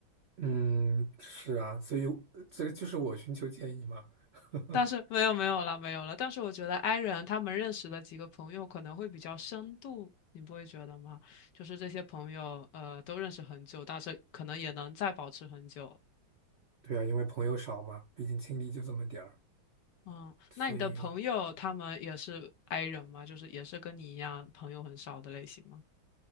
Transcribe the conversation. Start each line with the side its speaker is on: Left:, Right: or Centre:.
Right: 嗯，是啊，所以呃这个就是我寻求建议嘛。<laughs>
Left: 但是没有没有了没有了，但是我觉得 i 人他们认识的几个朋友可能会比较深度，你不会觉得吗？就是这些朋友，呃，都认识很久，但是可能也能再保持很久。
Right: 对啊，因为朋友少嘛，毕竟精力就这么点儿，
Left: 嗯，
Right: 所以
Left: 那你的朋友他们也是 i 人吗？就是也是跟你一样朋友很少的类型吗？